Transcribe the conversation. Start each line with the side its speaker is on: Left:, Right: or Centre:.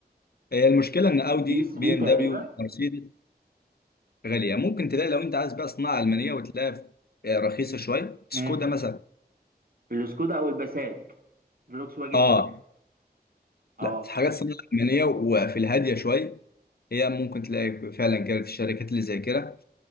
Left: هي المشكله ان اودي
Right: يو 3
Left: بي ام
Right: تقريبا
Left: دبليو مرسيدس غاليه ممكن تلاقي لو انت عايز بقى صناعه المانيه وتلاقيها في- آه، رخيصه شويه سكودا
Right: امم
Left: مثلا
Right: السكودا او الباسات فولكس واجن
Left: اه
Right: باسات اه
Left: لا الحاجات الصينية الألمانية وفي الهادية شوية هي ممكن تلاقي فعلا كده في الشركات اللي زي كده